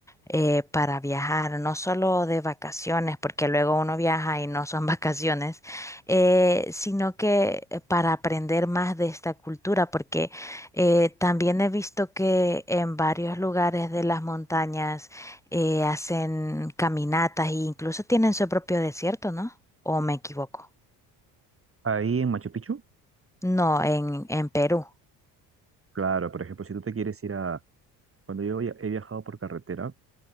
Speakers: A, in the centre; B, on the right (about 25°).
A: eh, para viajar, no solo de vacaciones, porque luego uno viaja y no son <laughs> vacaciones, eh, sino que eh, para aprender más de esta cultura, porque eh, también he visto que en varios lugares de las montañas eh, hacen caminatas e incluso tienen su propio desierto, ¿no? ¿O me equivoco?
B: Ahí en Machu Picchu,
A: No, en, en Perú.
B: claro, por ejemplo, si tú te quieres ir a... Cuando yo via- he viajado por carretera,